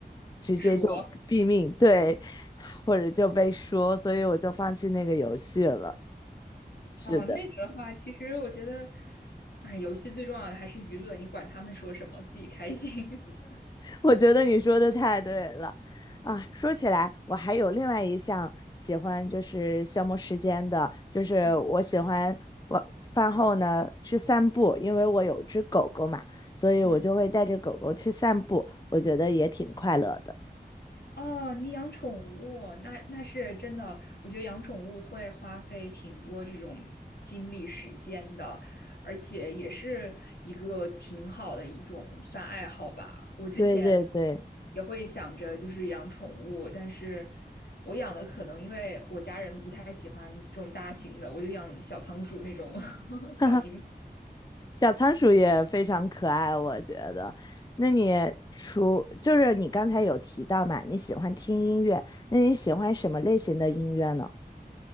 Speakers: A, on the left (about 25°); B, on the left (about 70°).
A: 直接就毙命，
B: 说。
A: 对，<laughs> 或者就被说，所以我就放弃那个游戏了。是的。
B: 哦，那个的话，其实我觉得，哎，游戏最重要的还是娱乐，你管他们说什么，自己开心。<laughs>
A: 我觉得你说的太对了，啊，说起来，我还有另外一项喜欢，就是消磨时间的，就是我喜欢晚饭后呢去散步，
B: 嗯。
A: 因为我有只狗狗嘛，所以我就会带着狗狗去散步，
B: 嗯。
A: 我觉得也挺快乐的。
B: 哦，你养宠物，那那是真的，我觉得养宠物会花费挺多这种精力时间的，而且也是一个挺好的一种算爱好吧。我之前
A: 对对对，
B: 也会想着就是养宠物，但是我养的可能因为我家人不太喜欢这种大型的，我就养小仓鼠那种 <laughs> 小型
A: <laughs> 哈哈，小仓鼠也非常可爱，我觉得。那你除就是你刚才有提到嘛，你喜欢听音乐，那你喜欢什么类型的音乐呢？